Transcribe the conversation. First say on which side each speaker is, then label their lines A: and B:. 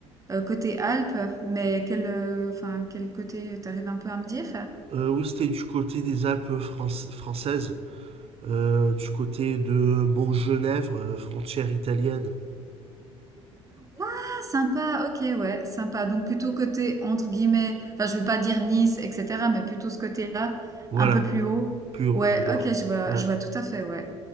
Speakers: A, on the right; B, on the right.
A: euh, côté Alpes, mais quel, euh, enfin quel côté t'arrives un peu à me dire?
B: Euh, oui, c'était du côté des Alpes franc- françaises, euh, du côté de Montgenèvre, euh, frontière italienne.
A: Ah, sympa, ok, ouais, sympa. Donc plutôt côté entre guillemets, enfin je veux pas dire Nice, etc., mais plutôt ce côté-là,
B: Voilà,
A: un peu plus haut.
B: plus au,
A: Ouais,
B: au nord.
A: ok, je vois,
B: Ouais.
A: je vois tout à fait, ouais.